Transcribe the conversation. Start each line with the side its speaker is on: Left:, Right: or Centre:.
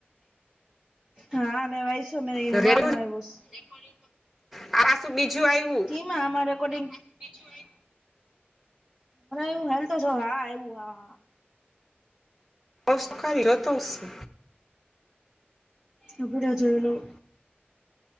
Right: હા, મે વાંચ્યું
Centre: આ
Right: સવારનું આવ્યું છે.
Centre: આ શું બીજું આવ્યું?
Right: ઈમા, આમા રેકોર્ડિંગ. હરે, એવું હેલ તો છે. હા, એવું હા હ.
Centre: નસ્કાર હો તો છે.
Right: આપડે જોયેલું.